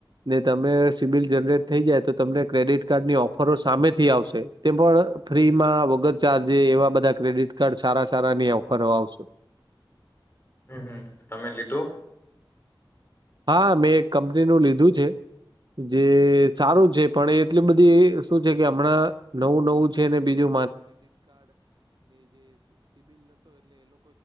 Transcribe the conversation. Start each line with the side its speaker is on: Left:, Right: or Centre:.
Right: ને તમે સિબિલ જનરેટ થઈ જાય તો તમને ક્રેડિટ કાર્ડની ઓફરો સામેથી આવશે તે પણ ફ્રી માં વગર ચાર્જે એવા બધા ક્રેડિટ કાર્ડ સારા સારાની ઓફરો આવશો.
Left: હમ હમ તમે લીધું
Right: હા મેં એક કંપનીનુંનુ લીધું છે જે સારું છે પણ એટલી બધી શું છે કે હમણાં નવું નવું છે અને બીજુ